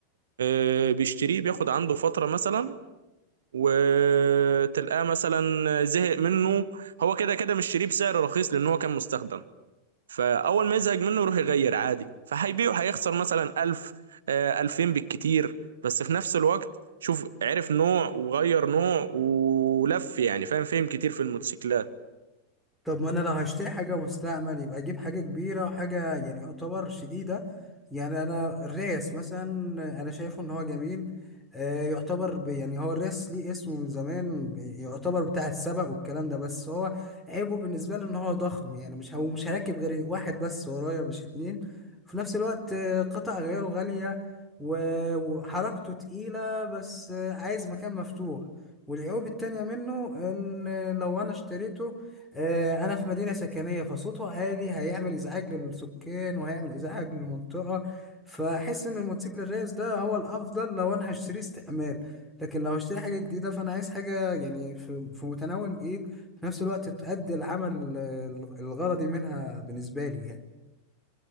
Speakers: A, on the right (about 65°); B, in the centre.
A: آه بيشتريه بياخد عنده فتره مثلا وتلقاه مثلا زهق منه هو كده كده مشتريه بسعر رخيص لان هو كان مستخدم فاول ما يزهق منه يروح يغير عادي فهيبيعه هيخسر مثلا 1000 آه 2000 بالكتير بس في نفس الوقت شوف عرف نوع وغير نوع ولف يعني فاهم فهم كتير في الموتوسيكلات
B: طب ما انا لو هشتري حاجة مستعمل يبقى اجيب حاجة كبيرة وحاجة يعني يعتبر شديدة يعني انا الريس مثلا انا شايفه ان هو جميل آه، يعتبر ب- يعني هو الريس ليه اسمه من زمان يعتبر بتاع السبق والكلام ده بس هو عيبه بالنسبة لي ان هو ضخم يعني مش هو مش هركب غير واحد بس ورايا مش اتنين في نفس الوقت آه، قطع غيره غالية و- وحركته تقيلة بس آه، عايز مكان مفتوح والعيوب التانية منه ان لو انا اشتريته آه، انا في مدينه سكنيه فصوته عالي هيعمل ازعاج للسكان وهيعمل ازعاج للمنطقه فاحس ان الموتوسيكل الريس ده هو الافضل لو انا هشتري استعمال لكن لو هشتري حاجه جديده فانا عايز حاجه يعني في في متناول الايد في نفس الوقت تؤدي العمل آه، الغرضي منها بالنسبه لي يعني